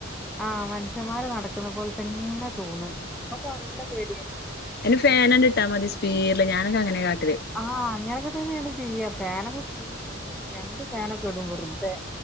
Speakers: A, in the centre; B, on the left (about 50°).
A: ആ മനുഷ്യന്മാര് നടക്കുന്ന പോലെ തന്നെ തോന്നും നമ്മക്ക് നല്ല പേടിയാണ് ഇപ്പൊ
B: ഫാൻ അങ്ങ് ഇട്ടാ മതി സ്പ്പീഡിൽ ഞാനോക്കെ അങ്ങനെയാ കാട്ട-
A: ആഹ് അങ്ങനെയൊക്കെ തന്നെയാണ് ചെയ്യ്യാ ഫാനൊക്കെ സ്പീഡി ഇടും രണ്ട് ഫാനൊക്കെ ഇടും വെറുതെ